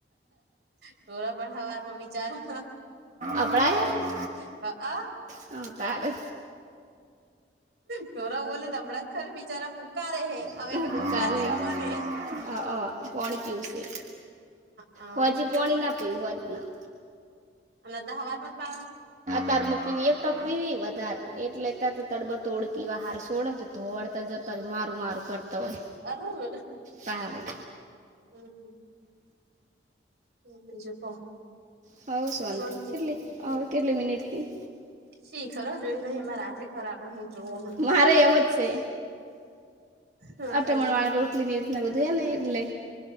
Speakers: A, on the right; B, on the right.
A: ઢોરો પણ હવારમાં બિચારો
B: અભળાય હ?
A: હ અ.
B: હન તારે.
A: ઢોરા બોલે સંભળાત ખરુ, બિચારા પૂકારે હે. હવે
B: <unintelligible> હન
A: કે ભૂખલાજી અમને
B: અ પોણી પીવું સે,
A: હા
B: હોજે પોણી ના પીવુ હોજન.
A: ન તો હવારમાં જ પાવાનું.
B: તાર મક પીવી એક ટક પીવી વધાર, એટલેે તા તો તડબડતોડ પીવા હાર સોળ જ ધોડતા જતા રે. મારું-મારું કરતા હોય.
A: અર, હમ,
B: તારે
A: હમ. હમ, બીજું કો?
B: હવ, શોન્તી
A: શાંતિ
B: ચેટલી
A: હમ
B: અવ કેટલી મિનિટ થી?
A: શી ખરો જોયુ નહી, માર હાથે ખરાબ હ. હું જોવુ હમણ.
B: મારે એમ જ છે
A: હા.
B: અટમણવાળા રોટલી ની એ રીતના બધું ને એટલે